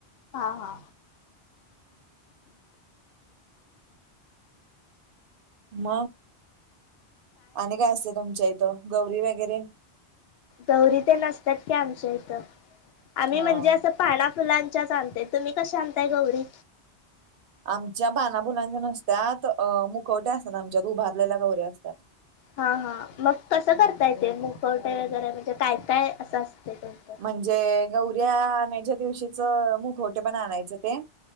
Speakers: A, on the left (about 70°); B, on the right (about 60°).
A: हा हा.
B: म आणि काय असते तुमच्या इथं गौरी वगैरे?
A: गौरी तेन असतात की आमच्या इथं आम्ही
B: हा
A: म्हणजे असं पाना फुलांच्या चालततेय तुम्ही कश आणताय गौरी?
B: आमच्या पानाफुलांच्या नसत्यात अ मुखवट्या असतात आमच्यात उभारलेल्या गौऱ्या असतात.
A: हा हा मग कसं करता येते मुकवटे वगैरे म्हणजे काय काय असं असते त्यांचं?
B: म्हणजे गौऱ्या अणायच्या दिवशीच मुख पण आणायचं ते